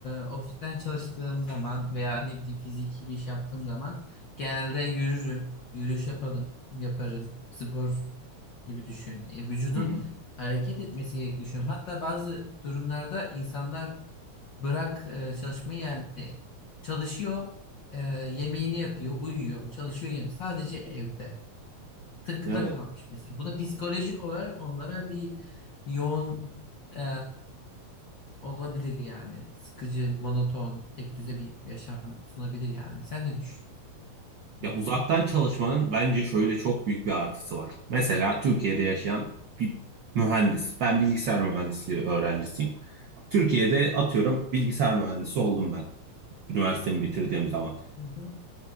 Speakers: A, on the left; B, on the right.
A: e, ofisten çalıştığım zaman veya ne bileyim fiziki bir iş yaptığım zaman genelde yürürüm, yürüyüş yapalım, yaparım. Spor gibi düşün. E, vücudun
B: hı hı.
A: hareket etmesi gerektiğini düşünüyorum. Hatta bazı durumlarda insanlar bırak e, çalışmayı yani çalışıyor, e, yemeğini yapıyor, uyuyor, çalışıyor, yemeği. Sadece evde takıda
B: Evet.
A: kalmış mesela. Bu da psikolojik olarak onlara bir yoğun e, olabilir yani. Sıkıcı, monoton, tek düze bir yaşam sunabilir yani. Sen ne düşünüyorsun?
B: Ya uzaktan çalışmanın bence şöyle çok büyük bir artısı var. Mesela Türkiye'de yaşayan bir mühendis. Ben bilgisayar mühendisliği öğrencisiyim. Türkiye'de atıyorum bilgisayar mühendisi oldum ben üniversitemi bitirdiğim zaman.
A: Hı hı,